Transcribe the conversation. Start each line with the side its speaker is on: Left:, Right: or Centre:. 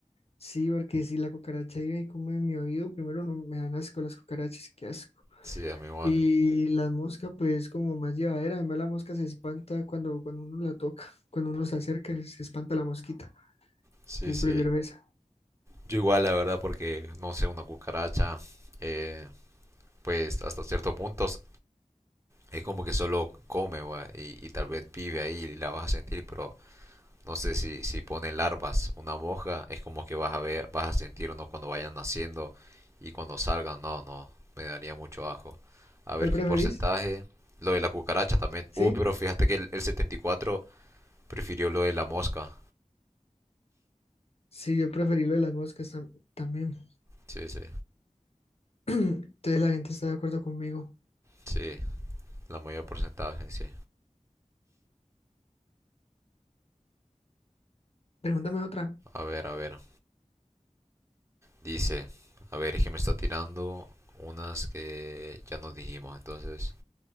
Left: Sí, porque si la cucaracha vive y come en mi oído, primero no me dan asco las cucarachas, qué asco.
Right: sí, a mí igual.
Left: Y las moscas, pues, como más llevadera. Además, la mosca se espanta cuando, cuando uno la toca, <laughs> cuando uno se acerca, se espanta la mosquita.
Right: Sí,
Left: Entonces,
Right: sí.
Left: prefiero esa.
Right: Yo igual, la verdad, porque no sé, una cucaracha, eh, pues hasta ciertos puntos es como que solo come, va, y, y tal vez vive ahí y la vas a sentir, pero No sé si, si ponen larvas, una moja, es como que vas a ver, vas a sentir no cuando vayan naciendo y cuando salgan, no, no, me daría mucho ajo. A
Left: ¿Cuál
Right: ver
Left: preferís?
Right: qué porcentaje. Lo de la cucaracha también.
Left: Sí,
Right: Uh, pero fíjate que el, el 74 prefirió lo de la mosca.
Left: sí, yo preferí lo de las moscas tam- también.
Right: Sí, sí,
Left: <clears throat> Entonces, la gente está de acuerdo conmigo.
Right: sí, la mayor porcentaje, sí.
Left: Pregúntame otra.
Right: A ver, a ver. Dice, a ver, es que me está tirando unas que ya nos dijimos, entonces.